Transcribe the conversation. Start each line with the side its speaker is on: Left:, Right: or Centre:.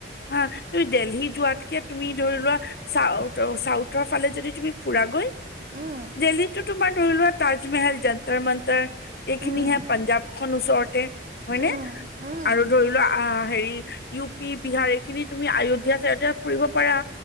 Left: হা ত দিল্লী যোৱাতকে তুমি ধৰি লোৱা, চাউ চাউথৰ ফালে যদি তুমি ফুৰা গৈ
Right: উম,
Left: দিল্লীটো তোমাৰ ধৰি লোৱা তাজমেহল যান্ত্ৰৰ মান্ত্ৰৰ এইখিনিহে।
Right: উম,
Left: পাঞ্জাৱ খন ওচৰত তে হয়নে?
Right: উম, উম,
Left: আৰু ধৰি লোৱা আহ, হেৰি ইউ পি বিহাৰ এইখিনি তুমি আয়োধ্যা-চায়োধ্যা ফুৰিব পাৰা।